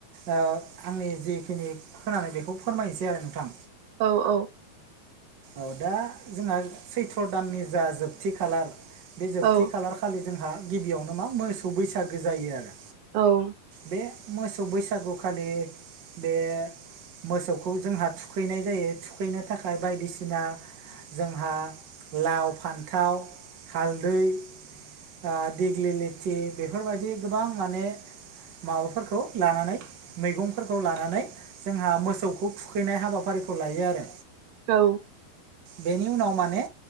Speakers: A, on the right (about 45°); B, on the right (about 70°).
A: ओ आंनि जिखिनि खोनानाय बेखौ फोरमायनोसै आरो नोंथां।
B: औ औ।
A: औ दा जोंहा सैथ्र' दाननि जा जोबथि खालार बे जोबथि
B: औ
A: खालारखालि जोंहा गिबियावनो मा मोसौ बैसागो जायो आरो।
B: औ‌।
A: बे मोसौ बैसागुखालि बे मोसौखौ जोंहा थुखैनाय जायो थुखैनो थाखाय बायदिसिना जोंहा लाव फान्थाव हालदै ओ दिग्लिलिथि बेफोरबायदि गोबां माने माबाफोरखौ लानानै मैगंफोरखौ लानानै जोंहा मोसौखौ थुखैनाय हाबाफारिखौ लायो आरो।
B: औ।
A: बेनि उनाव माने